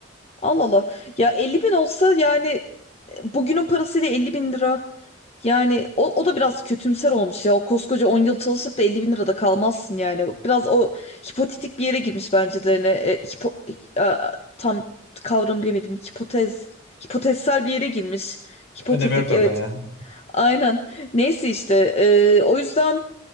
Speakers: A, on the left (about 30°); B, on the left (about 60°).
A: Allah Allah. Ya 50 bin olsa yani e, bugünün parasıyla 50 bin lira. Yani o, o da biraz kötümser olmuş ya. O koskoca 10 yıl çalışıp da 50 bin lirada kalmazsın yani. Biraz o hipotetik bir yere girmiş bence de. Yani, e, hipo- e, tam kavram bilemedim. Hipotez, hipotezsel bir yere girmiş. Hipotetik
B: Önemi yok zaten
A: evet.
B: ya.
A: Aynen. Neyse işte e, o yüzden